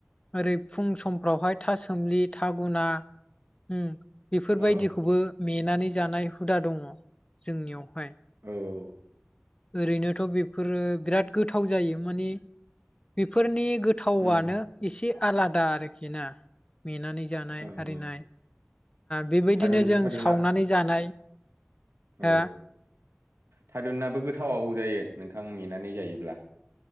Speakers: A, on the left (about 25°); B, on the right (about 85°).
A: आरो फुं समफ्रावहाय था सोमलि था गुना उम बेफोरबायदिखौबो
B: औ
A: मेनानै जानाय हुदा दंङो जोंनियावहाय
B: औ औ
A: ओरैनोथ' बेफोरो बिराद गोथाव जायो माने बेफोरनि गोथावनो
B: उम
A: एसे आलादा आरोखि ना मेनानै जानाय
B: औ औ
A: आरिनाय बेबायदिनो
B: थारुन
A: जों
B: थारुना
A: सावनानै जानाय
B: औ
A: हा
B: थारुनाबो गोथाव जायो नोंथां मेनानै जायोब्ला